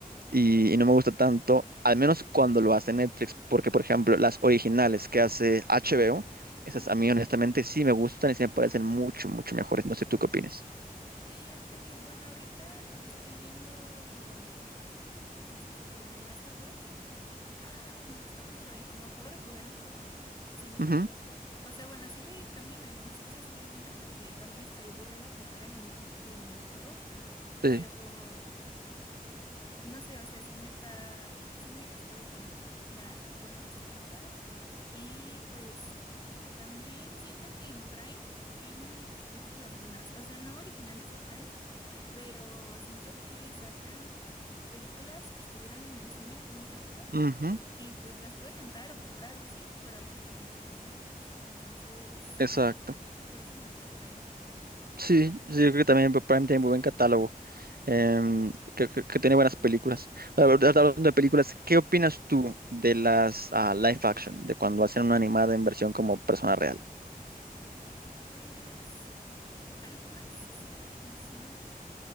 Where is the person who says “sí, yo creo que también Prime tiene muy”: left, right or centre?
Right